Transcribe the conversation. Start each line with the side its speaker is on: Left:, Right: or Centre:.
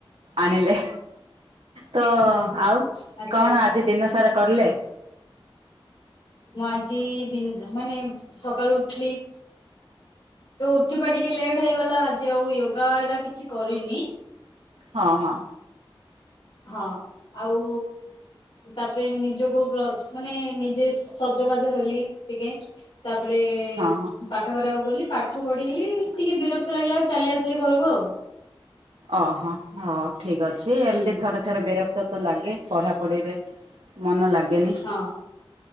Right: ଆଣିଲେ ତ
Left: ହଁ ହଁ
Right: ଆଉ
Left: ଆଚ୍ଛା
Right: କଣ ଆଜି ଦିନ ସାରା କରଲେ?
Left: ମୁଁ ଆଜି ଦିନ୍ ମାନେ ସକାଳୁ ଉଠଲି। ତ ଉଠିବା ଟିକେ ଲେଟ୍ ହେଇଗଲା ଆଜି ଆଉ ୟୋଗାା ହେରା କିଛି କରିନି।
Right: ହଁ ହଁ।
Left: ହଁ ଆଉ ତାପରେ ନିଜକୁ ବ୍ର ମାନେ ନିଜେ ସଜବାଜ ହେଲି ଟିକେ। ତାପରେ
Right: ହଁ
Left: ପା
Right: ହଁ।
Left: ଠ କରିବାକୁ ଗଲି ପାଠ ପଢିଲି ଟିକେ ବିରକ୍ତ ଲାଗିଲା ଚାଲି ଆସିଲି ଘରକୁ ଆଉ।
Right: ଓହୋ ହଁ ଠିକ ଅଛି
Left: ହୁଁ
Right: ଏମତି ଥରେ ଥରେ ବିରକ୍ତ ତ ଲାଗେ ପଢା ପଢିରେ ମନ ଲାଗେନି।
Left: ହଁ